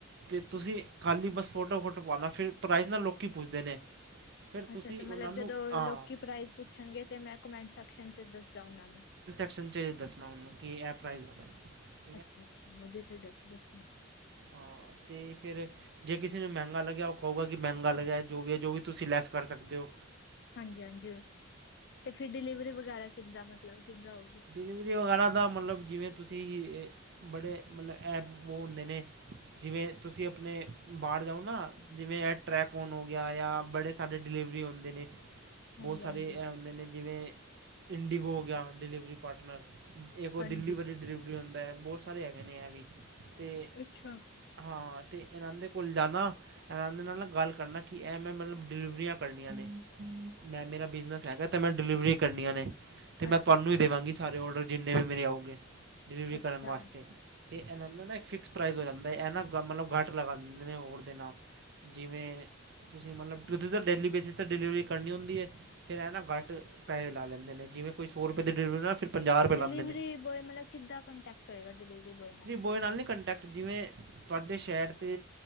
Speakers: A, on the right; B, on the left.
A: ਤੇ ਤੁਸੀਂ ਖਾਲੀ ਬਸ ਫੋਟੋ-ਫੋਟੋ ਪਾਨਾ ਫੇਰ ਨਾ ਪ੍ਰਾਈਜ਼ ਨਾ ਲੋਕੀ ਪੁੱਛਦੇ ਨੇ। ਫਿਰ ਤੁਸੀਂ
B: ਅੱਛਾ-ਅੱਛਾ
A: ਉਹਨਾਂ
B: ਮਲਬ
A: ਨੂੰ
B: ਜਦੋਂ
A: ਹਾਂ
B: ਲੋਕੀ ਪ੍ਰਾਈਜ਼ ਪੁੱਛਨਗੇ ਤੇ ਮੈਂ ਕਮੈਂਟ ਸੈਕਸ਼ਨ ਚ ਦੱਸਦਾ ਉਨਾ ਨੂੰ।
A: ਚਸ਼ਨ ਚੇ ਦੱਸਨਾ ਉਨੂੰ ਕਿ ਐ ਪ੍ਰਾਈਜ਼ ਹੈਗਾ ਏ।
B: ਅੱਛਾ-ਅੱਛਾ ਉਦੇ ਚੋ ਈ ਦੱਸ ਦੱਸਨੈ।
A: ਹਾਂ ਤੇ ਫੇਰ ਜੇ ਕਿਸੇ ਨੂੰ ਮੈਂਗਾ ਲੱਗਿਆ ਉ ਕੳਗਾ ਕਿ ਮੈਂਗਾ ਲੱਗਿਆ ਜੋ ਵੀ ਹੈ ਜੋ ਵੀ ਤੁਸੀਂ ਲੈਸ ਕਰ ਸਕਦੇ ੳ।
B: ਹਾਂਜੀ-ਹਾਂਜੀ ਤੇ ਫੇਰ ਡਿਲੀਵਰੀ ਵਗੈਰਾ ਕਿੱਦਾ ਮਤਲਬ ਕਿੱਦਾਂ ਹੋਊਗੀ।
A: ਡਿਲੀਵਰੀ ਵਗੈਰਾ ਦਾ ਮਲਬ ਜਿਵੇਂ ਤੁਸੀਂ ਬੜੇ ਮਤਲਬ ਐ ਉ ਹੁੰਦੇ ਨੇ, ਜਿਵੇਂ ਤੁਸੀਂ ਅਪਨੇ ਬਾਰ ਜਾਓ ਨਾ ਜਿਵੇਂ ਟ੍ਰੈਕੋਨ ਹੋ ਗਿਆ ਯਾਂ ਬੜੇ ਸਾਰੇ ਡਿਲੀਵਰੀ ਹੁੰਦੇ ਨੇ
B: ਹਾਂਜੀ
A: ਬੋਤ ਸਾਰੇ
B: ਹਾਂਜੀ
A: ਐ ਹੁੰਦੇ ਨੇ ਜਿਵੇਂ ਇੰਡੀਗੋ ਹੋ ਗਿਆ ਡਿਲੀਵਰੀ ਪਾਰਟਨਰ। ਏਕ ਉ
B: ਹਾਂਜੀ
A: ਦਿੱਲੀ ਵਾਰੀ ਡਿਲੀਵਰੀ ਹੁੰਦੈ, ਬੋਤ ਸਾਰੇ ਹੈਗੇ ਨੇ ਐ ਵੀ। ਤੇ
B: ਅੱਛਾ
A: ਹਾਂ ਤੇ ਇਨਾਂਨ ਦੇ ਕੋਲ ਜਾਨਾ ਇਨਾਨ ਦੇ ਨਾਲ ਗੱਲ ਕਰਨਾ ਕਿ ਐ ਮੈਂ ਮਲਬ ਡਿਲੀਵਰੀਆਂ ਕਰਨੀਆਂ ਨੇ। ਮੈਂ ਮੇਰਾ ਬਿਜਨਸ ਹੈਗਾ ਤੇ ਮੈਂ ਡਿਲੀਵਰੀ ਕਰਨੀਆਂ ਨੇ।
B: ਅੱਛਾ-ਅੱਛਾ,
A: ਤੁਆਨੂੰ ਹੀ ਦੇਵਾਂਗੀ
B: ਅੱਛਾ
A: ਸਾਰੇ ਔਡਰ ਜਿੰਨੇ ਵੀ ਮੇਰੇ ਆਉਗੇ, ਡਿਲੀਵਰੀ
B: ਅੱਛਾ
A: ਕਰਨ ਵਾਸਤੇ। ਤੇ ਇਨਾਂ ਦਾ ਨਾ ਇੱਕ ਫਿਕਸ ਪ੍ਰਾਈਜ਼ ਹੋ ਜਾਂਦੈ ਐ ਨਾ ਮਲਬ ਘੱਟ ਲਗਾ ਦੇਂਦੇ ਨੇ ਹੋਰਾ ਦੇ ਨਾਲ। ਜਿਵੇਂ ਤੁਸੀਂ ਮਲਬ ਕਿਂ ਤਾਂ ਡੇਲੀ ਬੇਸਿਸ ਤੇ ਡਿਲੀਵਰੀ ਕਰਨੀ ਹੁੰਦੀ ਏ। ਫੇਰ ਐ ਨਾ ਘੱਟ ਪੈਹੇ ਲਾ ਲੈਂਦੇ ਨੇ ਜਿਵੇਂ ਕੋਈ ਸੋ ਰੁਪਏ ਦੀ ਡਿਲੀਵਰੀ ਨਾ ਫਿਰ ਪੰਜਾਹ ਰੁਪਏ
B: ਡਿਲੀਵਰੀ
A: ਲਾਉਂਦੇ ਨੇ
B: ਬੋਏ ਮਲਬ ਕਿੱਦਾਂ ਕੰਟੈਕਟ ਹੋਏਗਾ ਡਿਲੀਵਰੀ ਬੋਏ ਨਾਲ?
A: ਔਏ ਨਾਲ ਨੀ ਕੰਟੈਕਟ, ਜਿਵੇਂ ਤੁਹਾਡੇ ਸ਼ੈਰ 'ਤੇ